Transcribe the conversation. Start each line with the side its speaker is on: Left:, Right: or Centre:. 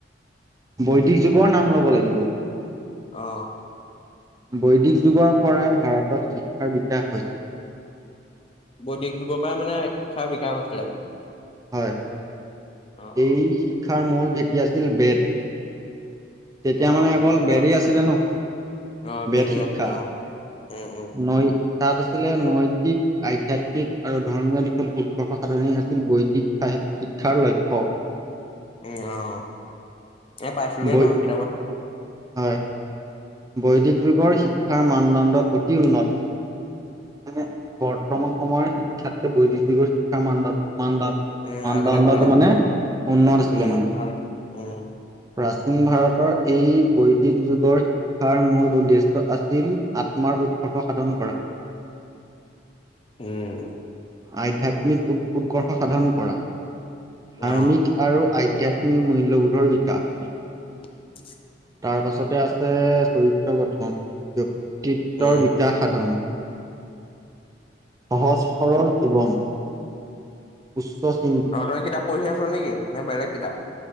Right: বৈদিক যুগৰ নাম ল'ব লাগিব।
Left: অ
Right: বৈদিক যুগৰ পৰাই ভাৰতত শিক্ষাৰ বিকাশ হৈছিল।
Left: বৌদিক যুগৰ পৰাই মানে শিক্ষাৰ বিকাশ হৈছিলে মানে।
Right: হয়।
Left: অ অ
Right: এই শিক্ষাৰ মূল ভেটি আছিল-বেদ। তেতিয়া
Left: অ
Right: মানে অকল
Left: শিক্ষাৰ
Right: বেদেই আছিলে ন
Left: অ
Right: বেদ
Left: বেৰি
Right: শিক্ষা।
Left: আছিলে অ উম উম
Right: নৈ তাত আছিলে নৈতিক, আধ্যাত্মিক আৰু ধৰ্মীয় দিশত উৎকৰ্ষ সাধন আছিল বৈদিক শিক্ষাৰ লক্ষ্য।
Left: উম আহ। এ পাইছিলোৱে
Right: বৈ
Left: নহয় কিতাপত।
Right: হয়। বৈদিক
Left: উম
Right: যুগৰ শি শিক্ষাৰ মানদণ্ড অতি উন্নত মানে বৰ্তমান সময়ত শিক্ষাতকে বৈদিক যুগৰ শিক্ষাৰ মানদণ্ড মানদণ্ড
Left: উম
Right: মানদণ্ডটো
Left: আগতে ভাল আছিলে
Right: মানে
Left: অ
Right: উন্নত আছিলে
Left: উম
Right: মানে
Left: ভাল উম
Right: প্ৰাচীন ভাৰতৰ এই বৈ দিক যুগৰ শিক্ষাৰ মূল উদ্দেশ্য আছিল আত্মাৰ উৎকৰ্ষ সাধন কৰা।
Left: উম।
Right: আধ্যয়াত্মিক উৎ উৎকৰ্ষ সাধন কৰা। ধাৰ্মিক
Left: অ
Right: আৰু আধ্যয়াত্মি উম, মূল্যবোধৰ বিকাশ
Left: <unintelligible>
Right: তাৰ পাছতে আছে চৰিত্ৰ গঠন ব্যক্তি ত্বত্তৰ
Left: উম
Right: বিকাশ সাধন। সহজ সৰল জীৱন উচ্চছ
Left: তহঁতই কিতাপ পঢ়ি আছোঁ। নেকি নে বেলেগ কিতাপ।